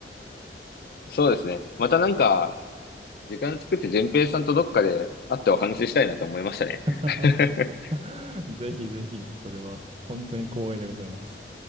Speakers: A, on the left (about 55°); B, on the right (about 35°).
A: そうですね。またなんか、時間作って順平さんとどっかで会ってお話ししたいなと思いましたね。
B: あ
A: <laughs>
B: <laughs> ぜひぜひ、それは本当に光栄でございます。